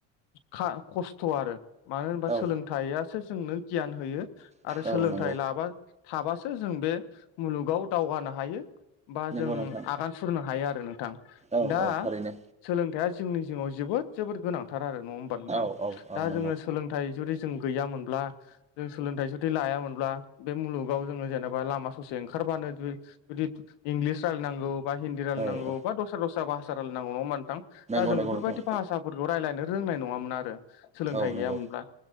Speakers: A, on the left; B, on the right.
A: खा खस्थ' आरो मानो होनबा
B: औ
A: सोलों थाइयासो जोंनो गियान होयो आरो सोलोंथाइ
B: औ नंगौ
A: लाबा थाबासो जों बे मुलुगाव दावगानो हायो। बा
B: नंगौ
A: जों
B: नोंथां
A: आगान सुरनो हायो आरो नोंथां।
B: औ
A: दा
B: औ थारैनो
A: सोलोंथाइया जोंनि जिउआव जोबोद जोबोद गोनांथार आरो नङा होमबा नोंथां।
B: औ औ
A: दा
B: नंगौ
A: जोङो सोलोंथाइ जुदि जों गैयामोनब्ला जों सोलोंथाइ जुदि लायामोनब्ला बे मुलुगाव जोङो जेनेबा लामा ससे ओंखारबानो जुदि जुदि इंग्लिस रायज्लायनांगौ। बा हिन्दि रायनांगौ
B: औ औ
A: बा दस्रा दस्रा भासा रायलायनांगौ नङा होमबा नोंथां
B: नंगौ
A: दा जों
B: नंगौ
A: बेफोरबायदि
B: नोंथां
A: भाषा फोरखौ रायलायनो रोंनाय नङामोन आरो सोलोंथाय
B: औ नंगौ
A: गोयामोनब्ला